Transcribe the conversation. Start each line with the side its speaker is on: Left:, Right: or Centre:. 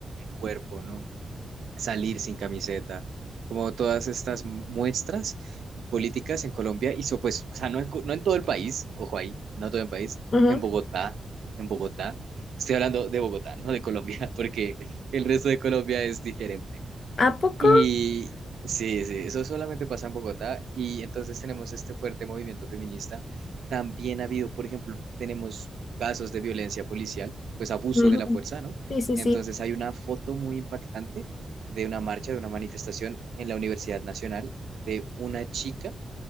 Right: cuerpo, ¿no? salir sin camiseta, como todas estas muestras políticas en Colombia, hizo pues, o sea, no en, co- no en todo el país, ojo ahí, no todo el país,
Left: Ujú.
Right: en Bogotá, en Bogotá, estoy hablando de Bogotá, no de Colombia, <laughs> porque el resto de Colombia es diferente.
Left: ¿A poco?
Right: Y sí, sí, eso solamente pasa en Bogotá y entonces tenemos este fuerte movimiento feminista. También ha habido, por ejemplo, tenemos casos de violencia policial, pues abuso
Left: Ujú.
Right: de la fuerza, ¿no?
Left: Sí, sí,
Right: Entonces
Left: sí.
Right: hay una foto muy impactante de una marcha, de una manifestación en la Universidad Nacional de una chica